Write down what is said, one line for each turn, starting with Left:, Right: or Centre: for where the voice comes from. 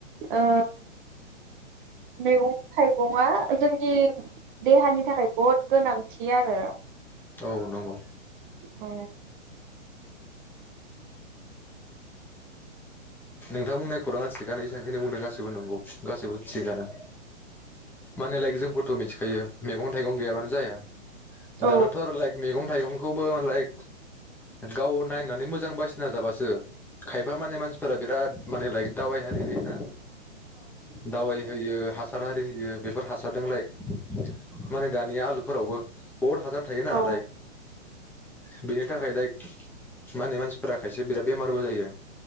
Right: ओ मैगं थाइगंआ जोंनि देहानि थाखाय बहुद गोनांथि आरो
Centre: औ नंगौ
Right: अ
Centre: नोंथां बुंनाय खौराङा थिगानो एसांखिनो बुंदों गासैबो नंगौ गासैबो थिगानो माने लायक जोंबोथ मिथिखायो मेगं थाइगं गैयाबानो जाया।
Right: औ
Centre: दानाथा आरो लायक मेगं थाइगंखौबो लाइक गाव नायनानै मोजां बासिना जाबासो खायफा माने मानसि फोरा बिराद माने लाइक दावाइ हारि होयोना। दावाइ होयो हासारआरि होयो। बेफोर हासारदों लाइक माने दानिया आलुफोरावबो बहत हाजार थायो ना
Right: औ
Centre: लाइक बेनि थाखाय लाइक मा होनो मानसिफोरा खायसे बिराद बेमारबो जायो।